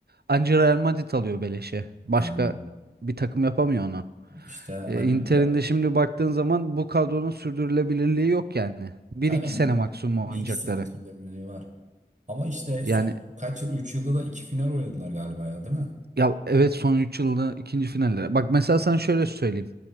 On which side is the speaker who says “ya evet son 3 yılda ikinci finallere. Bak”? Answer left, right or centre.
Right